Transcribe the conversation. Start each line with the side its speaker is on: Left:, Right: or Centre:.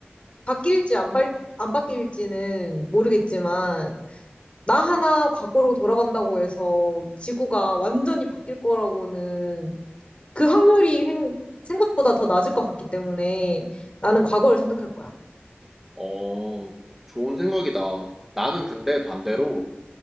Left: 바뀔지 안, 바, 안 바뀔지는 모르겠지만, 나 하나 과거로 돌아간다고 해서 지구가 완전히 바뀔 거라고는 그 확률이 생, 생각보다 더 낮을 것 같기 때문에 나는 과거를 선택할 거야.
Centre: 어, 좋은 생각이다. 나는 근데 반대로,